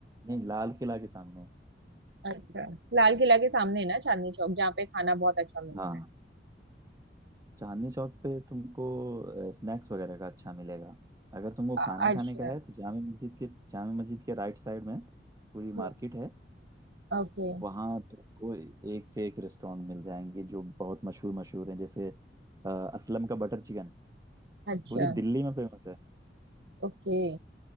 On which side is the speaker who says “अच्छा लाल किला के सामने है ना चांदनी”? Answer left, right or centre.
Right